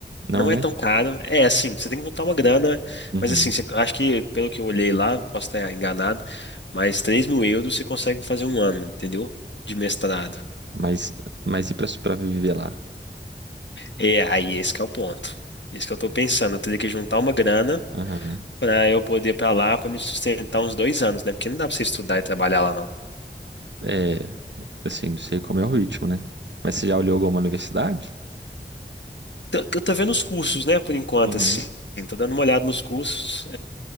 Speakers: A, on the right (about 85°); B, on the left (about 85°).
A: Não
B: Não
A: é?
B: é tão caro. É assim, você tem que juntar uma grana,
A: Uhum.
B: mas assim, você, acho que, pelo que eu olhei lá, posso estar enganado, mas três mil euros você consegue fazer um ano, entendeu? De mestrado.
A: Mas, mas e pra, pra viver lá?
B: É, aí esse que é o ponto. isso que eu tô pensando. Eu teria que juntar uma grana
A: Aham.
B: pra eu poder ir pra lá, pra me sustentar uns dois anos, né? Porque não dá pra você estudar e trabalhar lá, não.
A: É. Assim, não sei como é o ritmo, né? Mas você já olhou alguma universidade?
B: Tô- Eu tô vendo os cursos, né, por enquanto,
A: Uhum.
B: assim. Tô dando uma olhada nos cursos.